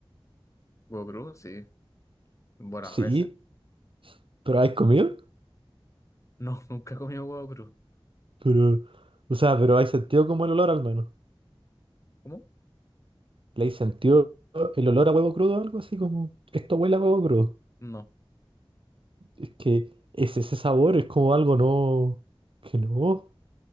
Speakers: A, on the left (about 30°); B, on the right (about 65°).
A: ¿Huevo crudo? Sí. Bueno,
B: Sí,
A: a veces.
B: pero ¿hay comido?
A: No, <laughs> nunca he comido huevo crudo.
B: Pero, o sea, pero hay sentido como el olor al menos.
A: ¿Cómo?
B: ¿Le hay sentido el olor a huevo crudo? Algo así como, esto huele a huevo crudo.
A: No.
B: Es que es ese sabor, es como algo no, que no.